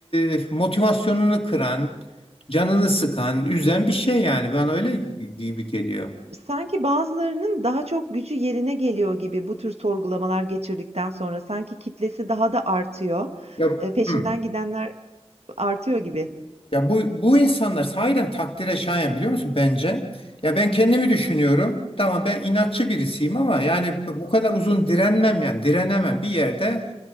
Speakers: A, on the left (about 60°); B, on the right (about 80°).
A: e, motivasyonunu kıran, canını sıkan, üzen bir şey yani. ben öyle gibi geliyor.
B: Sanki bazılarının daha çok gücü yerine geliyor gibi bu tür sorgulamalar geçirdikten sonra sanki kitlesi daha da artıyor.
A: Ya,
B: Eee, peşinden
A: hı.
B: gidenler artıyor gibi.
A: Ya bu, bu insanlar sahiden takdire şayan biliyor musun bence? Ya ben kendimi düşünüyorum. Tamam ben inatçı birisiyim ama yani bu kadar uzun direnmem yani direnemem bir yerde